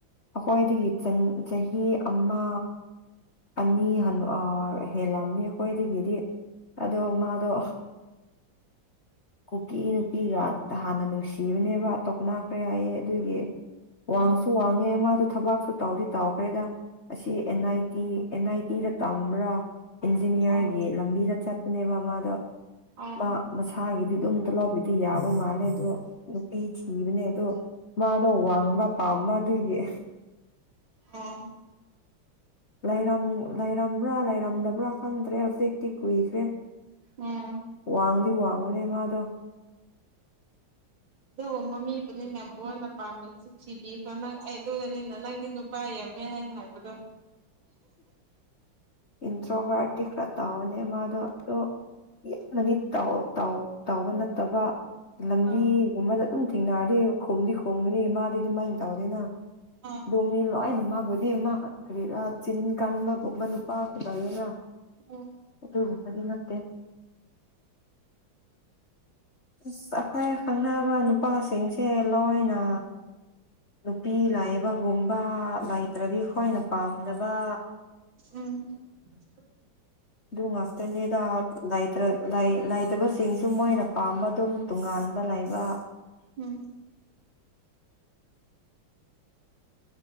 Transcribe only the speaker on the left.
ꯑꯈꯣꯏꯗꯒꯤ ꯆꯟ ꯆꯍꯤ ꯑꯃ ꯑꯅꯤ ꯍꯜꯂ ꯑ ꯍꯦꯜꯂꯝꯅꯤ ꯑꯩꯈꯣꯏꯗꯒꯤꯗꯤ ꯑꯗꯣ ꯃꯥꯗꯣ ꯀꯨꯀꯤ ꯅꯨꯄꯤꯒ ꯍꯥꯟꯅ ꯅꯨꯡꯁꯤꯕꯅꯦꯕ ꯇꯣꯛꯅ ꯈ꯭ꯔꯦ ꯍꯥꯏꯌꯦ ꯑꯗꯨꯒꯤ ꯋꯥꯡꯁꯨ
ꯋꯥꯡꯉꯦ ꯃꯥꯗꯨ ꯊꯕꯛꯁꯨ ꯇꯧꯗꯤ ꯇꯧꯈ꯭ꯔꯦꯗ ꯑꯁꯤ N I T N I ꯇꯤꯗ ꯇꯝꯕ꯭ꯔꯥ ꯏꯟꯖꯤꯅꯤꯌꯥꯔꯒꯤ
ꯂꯝꯕꯤꯗ ꯆꯠꯄꯅꯦꯕ ꯃꯥꯗꯣ
ꯃꯥ ꯃꯁꯥꯒꯤꯗꯤ ꯑꯗꯨꯝꯇ ꯂꯥꯎꯕꯤꯗꯤ ꯌꯥꯕ ꯃꯥꯜꯂꯦ ꯑꯗꯣ ꯅꯨꯄꯤ ꯊꯤꯕꯅꯦ ꯑꯗꯣ ꯃꯥꯗꯣ ꯋꯥꯡꯕ ꯄꯥꯝꯕ ꯑꯗꯨꯒꯤ
ꯂꯩꯔꯝ ꯂꯩꯔꯝꯕ꯭ꯔꯥ ꯂꯩꯔꯝꯗꯕ꯭ꯔꯥ ꯈꯪꯗ꯭ꯔꯦ ꯍꯧꯖꯤꯛꯇꯤ ꯀꯨꯏꯈ꯭ꯔꯦ
ꯋꯥꯡꯗꯤ ꯋꯥꯡꯕꯅꯦ ꯃꯥꯗꯣ
ꯏꯟꯇꯔꯣꯕꯥꯔꯠꯇꯤ ꯈꯔ ꯇꯧꯕꯅꯦ ꯃꯥꯗꯨ ꯑꯗꯣ ꯌꯥꯝꯅꯗꯤ ꯇꯧ ꯇꯧ ꯇꯧꯕ ꯅꯠꯇꯕ ꯂꯝꯕꯤꯒꯨꯝꯕꯗ
ꯑꯗꯨꯝ ꯊꯦꯡꯅꯔꯗꯤ ꯈꯨꯝꯗꯤ ꯈꯨꯝꯒꯅꯤ ꯃꯥꯗꯤ ꯑꯗꯨꯃꯥꯏ ꯇꯧꯗꯦꯅ
ꯑꯗꯨ ꯃꯤꯂꯣꯏꯅ <unintelligible> ꯃꯥ ꯀꯔꯤꯔꯥ ꯆꯤꯟ ꯀꯟꯕꯒꯨꯝꯕ ꯅꯨꯄꯥꯁꯨ ꯂꯩꯌꯦꯅꯥ
ꯑꯗꯨꯒꯨꯝꯕꯗꯤ ꯅꯠꯇꯦ ꯑꯁ ꯑꯩꯈꯣꯏ ꯈꯪꯅꯕ ꯅꯨꯄꯥꯁꯤꯡꯁꯦ ꯂꯣꯏꯅ ꯅꯨꯄꯤ ꯂꯥꯏꯕꯒꯨꯝꯕ ꯂꯩꯇ꯭ꯔꯗꯤ ꯑꯩꯈꯣꯏꯅ ꯄꯥꯝꯗꯕ
ꯑꯗꯨ ꯉꯥꯛꯇꯅꯤꯗ ꯂꯩꯇꯔꯥ ꯂꯩ ꯂꯩꯇꯥꯕꯁꯤꯡꯁꯨ ꯃꯣꯏꯅ ꯄꯥꯝꯕ ꯑꯗꯨꯝ ꯇꯣꯉꯥꯟꯕ ꯂꯩꯕ